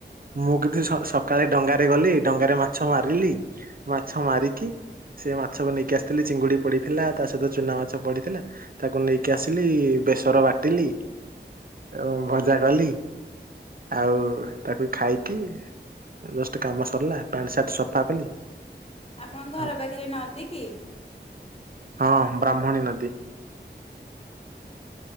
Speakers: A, on the right (about 50°); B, on the left (about 30°).
A: ମୁଁ କିନ୍ତୁ, ସ ସକାଳେ ଡଙ୍ଗାରେ ଗଲି, ଡଙ୍ଗାରେ ମାଛ ମାରିଲି, ମାଛ ମାରିକି ସେ ମାଛକୁ ନେଇକି ଆସିଥିଲି, ଚିଙ୍ଗୁଡି ପଡିଥିଲା, ତା ସହିତ ଚୁନା ମାଛ ପଡିଥିଲା। ତାକୁ ନେଇକି ଆସିଲି, ବେସର ବାଟିଲି। ଏଁ ଭଜା କଲି, ଆଉ ତାକୁ ଖାଇକି ଜଷ୍ଟ କାମ ସରିଲା, ପ୍ୟାଣ୍ଟ ସାର୍ଟ ସଫା କଲି।
B: ଆପଣ ଘର
A: ହଁ
B: ପାଖରେ ନଦୀ କି?
A: ହଁ ବ୍ରାହ୍ମଣୀ ନଦୀ।